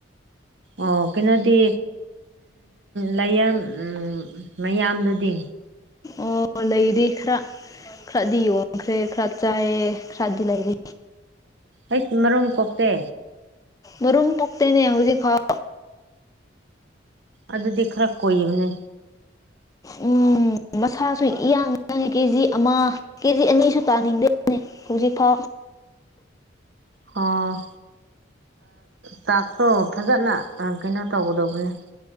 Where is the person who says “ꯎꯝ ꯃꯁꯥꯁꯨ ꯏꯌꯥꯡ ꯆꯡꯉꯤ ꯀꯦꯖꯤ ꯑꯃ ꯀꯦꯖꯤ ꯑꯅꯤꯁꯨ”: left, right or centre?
Left